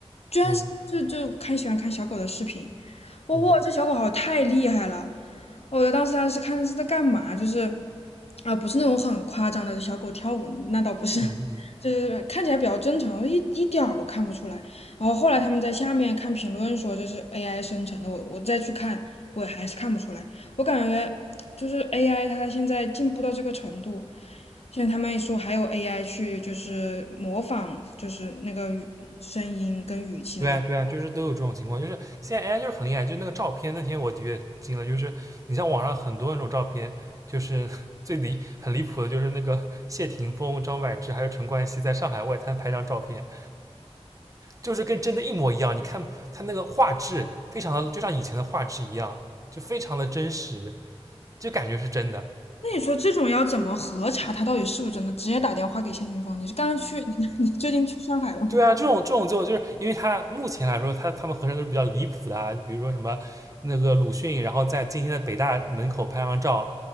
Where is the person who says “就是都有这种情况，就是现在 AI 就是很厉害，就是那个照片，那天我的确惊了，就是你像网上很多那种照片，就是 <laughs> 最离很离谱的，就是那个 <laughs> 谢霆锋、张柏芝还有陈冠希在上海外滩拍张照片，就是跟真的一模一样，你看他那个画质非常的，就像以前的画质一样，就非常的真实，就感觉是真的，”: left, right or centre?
Right